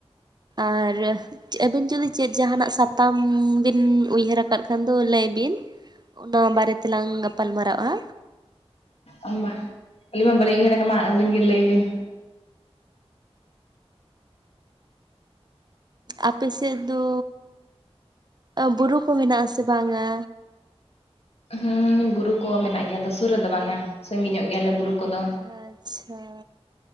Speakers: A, on the right; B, on the left.
A: ᱟᱨ ᱟᱹᱵᱤᱱ ᱡᱩᱫᱤ ᱪᱮᱫ ᱡᱟᱦᱱᱟᱜ ᱥᱟᱛᱟᱢ ᱵᱤᱱ ᱩᱭᱦᱟᱹᱨ ᱟᱠᱟᱫ ᱠᱷᱟᱱ ᱫᱚ ᱞᱟᱹᱭ ᱵᱤᱱ᱾ ᱚᱱᱟ ᱵᱟᱨᱮ ᱛᱮᱞᱟᱝ ᱜᱟᱯᱟᱞ ᱢᱟᱨᱟᱜ-ᱟ᱾
B: ᱟᱵᱟ ᱟᱹᱞᱤᱧ ᱢᱟ ᱵᱟᱞᱤᱧ ᱩᱭᱦᱟᱹᱨᱟ ᱠᱟᱱᱟ ᱢᱟ ᱟᱹᱵᱤᱱ ᱜᱮ ᱞᱟᱹᱭ ᱵᱤᱱ᱾
A: ᱟᱯᱮ ᱥᱮᱫ ᱫᱚ ᱵᱩᱨᱩ ᱠᱚ ᱢᱮᱱᱟᱜ-ᱟ ᱥᱮ ᱵᱟᱝᱟ?
B: ᱦᱩᱸ ᱵᱩᱨᱩ ᱠᱚ ᱢᱮᱱᱟᱜ ᱜᱮᱭᱟ, ᱟᱫᱚ ᱥᱩᱨ ᱨᱮᱫᱚ ᱵᱟᱝᱟ ᱥᱟᱺᱜᱤᱧ ᱧᱚᱜ ᱜᱮᱭᱟᱞᱮ ᱵᱩᱨᱩ ᱠᱚᱫᱚ
A: ᱟᱪᱪᱷᱟ